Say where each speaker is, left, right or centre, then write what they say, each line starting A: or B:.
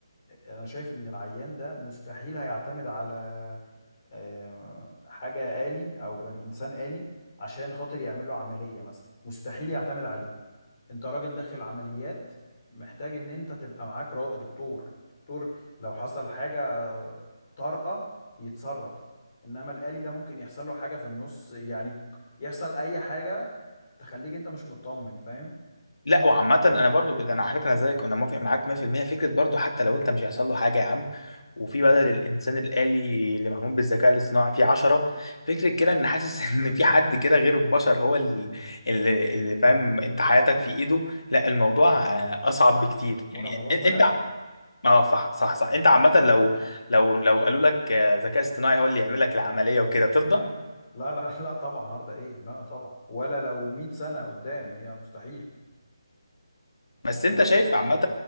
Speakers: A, on the left; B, on the left.
A: أنا شايف إن العيان ده مستحيل هيعتمد على آه، حاجة آلي أو بني إنسان آلي عشان خاطر يعمل له عملية مثلا مستحيل يعتمد عليه انت راجل داخل عمليات محتاج ان انت تبقى معاك را- دكتور دكتور لو حصل حاجة طارئة يتصرف انما الآلي ده ممكن يحصل له حاجة في النص يعني يحصل اي حاجة تخليك انت مش مطمن فاهم
B: لا وعامة انا برضو ب- انا على فكرة أنا زيك انا موافق معاك 100% فكرة برضو حتى لو انت مش هيحصل له حاجة يا عم وفي بدل الانسان الآلي اللي معمول بالذكاء الاصطناعي في عشرة فكرة كده ان حاسس <laughs> ان في حد كده غير البشر هو اللي اللي اللي فاهم انت حياتك في ايده لا الموضوع آه، اصعب
A: مرعب
B: بكتير
A: مرعب
B: يعني
A: موضوع مرعب
B: إن- انت اه صح صح صح انت عامة لو لو لو قالوا لك آه، ذكاء اصطناعي هو اللي يعمل لك العملية وكده ترضى
A: لا لا لا لا, لا طبعا عرض ايه لا طبعا ولا لو 100 سنة قدام هي مستحيل
B: بس
A: مستحيل
B: انت شايف عامة